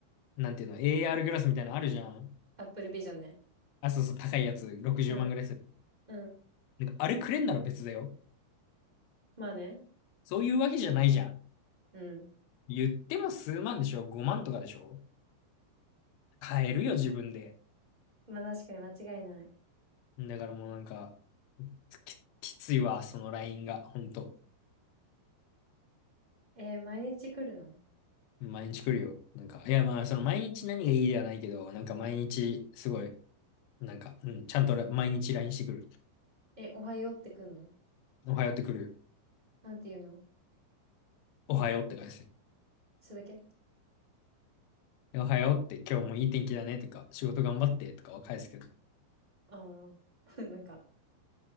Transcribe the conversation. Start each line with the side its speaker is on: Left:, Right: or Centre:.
Left: なんていうの、AR グラスみたいなのあるじゃん。
Right: アップルビジョンね。
Left: あ、そうそう、高いやつ、60万ぐらいする。
Right: うん。うん。
Left: なんか、あれくれんなら別だよ。
Right: まあね。
Left: そういうわけじゃないじゃん。
Right: うん。
Left: 言っても数万でしょ ?5 万とかでしょ買えるよ、自分で。
Right: まあ確かに間違いない。
Left: だからもうなんか、き、きついわ、そのラインが、ほんと。
Right: えー毎日来るの
Left: 毎日来るよ。なんか、いやまあ、その毎日何がいいではないけど、なんか毎日、すごい、なんか、うん、ちゃんとら毎日 LINE してくる。
Right: え、おはようって来るの
Left: おはようってくるよ。
Right: なんて言うの
Left: おはようって返すよ。
Right: それだけ
Left: でおはようって今日もいい天気だねとか、仕事頑張ってとかは返すけど。
Right: ああー。<laughs> なんか、